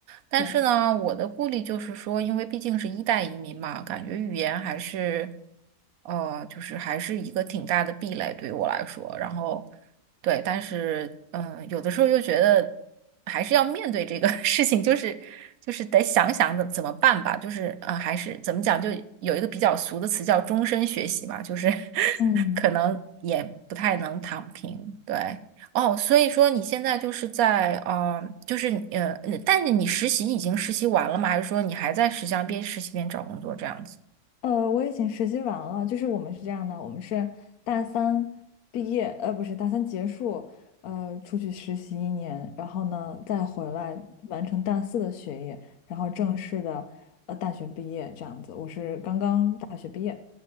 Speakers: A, on the right; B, on the left.
A: 但是呢，
B: 对，
A: 我的顾虑就是说，因为毕竟是一代移民嘛，感觉语言还是，呃，就是还是一个挺大的壁垒对于我来说。然后，对，但是，嗯、有的时候又觉得还是要面对这个 <laughs> 事情，就是就是得想想怎怎么办吧。就是，呃，还是怎么讲，就有一个比较俗的词叫终身学习嘛，就是 <laughs>
B: 嗯。
A: 可能也不太能躺平。对，哦，所以说你现在就是在呃，就是你呃，但是你实习已经实习完了吗？还是说你还在实习上边实习边找工作这样子？
B: 呃，我已经实习完了，就是我们是这样的，我们是大三毕业，呃，不是大三结束，呃，出去实习一年，然后呢再回来完成大四的学业，然后正式的呃大学毕业这样子。我是刚刚大学毕业。